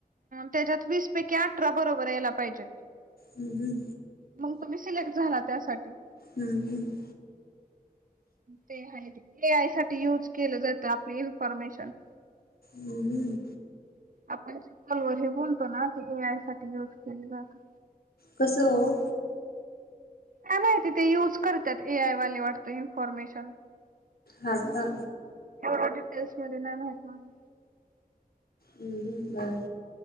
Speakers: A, on the right (about 60°); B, on the left (about 75°).
A: त्याच्यात वीस पैकी अठरा बरोबर यायला पाहिजेत.
B: हम्म
A: मग तुम्ही सिलेक्ट झाला त्यासाठी
B: हम्म
A: ते आहे रे ए आय साठी युज केलं जातं आपली इन्फॉर्मेशन.
B: हं हं.
A: आपण फोनवर हे बोलतो ना ते ए आय साठी यूज केलं जात.
B: कसं अ.
A: काय माहीती ते यूज करत्यात ए आय वाले वाटतं इन्फॉर्मेशन
B: हा का
A: <unintelligible> टेस्टमध्ये नाही माहित मग.
B: हम्म हम्म बर